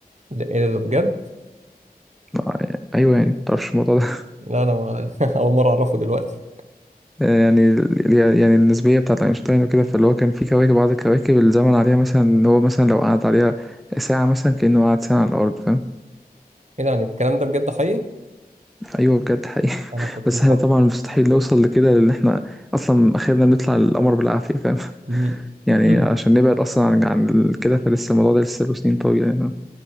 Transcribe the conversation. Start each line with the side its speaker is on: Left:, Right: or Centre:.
Right: ده ايه ده بجد
Centre: آه، ايوه يعني متعرفش الموضوع ده <laughs>
Right: لا انا ما... <laughs> اول مرة اعرفه دلوقتي
Centre: يعني ال- يعني النسبيه بتاعت اينشتاين وكده فاللي هو كان في كواكب بعض الكواكب الزمن عليها مثلا ان هو مثلا لو قعد عليها ساعه مثلا كانه قعد ساعه على الارض فاهم
Right: ايه ده يعني الكلام ده بجد حقيقي
Centre: ايوه بجد حقيقي <laughs>
Right: انا كنت
Centre: بس
Right: مفكر
Centre: احنا طبعا مستحيل نوصل لكده لان احنا اصلا اخرنا بنطلع القمر بالعافيه فاهم <laughs>
Right: مم.
Centre: يعني
Right: <clears throat>
Centre: عشان نبعد اصلا عن عن ال- كده فلسه الموضوع ده لسه له سنين طويله يعني